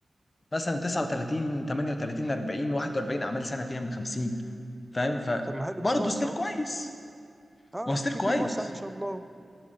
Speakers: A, on the left; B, in the centre.
A: مثلا 39 38 40 41 اعمال سنه فيها من 50 فاهم فبرضه
B: طب ما حلو بي بلس
A: ستيل
B: اهو
A: كويس
B: اه
A: ما هو ستيل
B: هتجيب
A: كويس
B: بي بلس يا عم ان شاء الله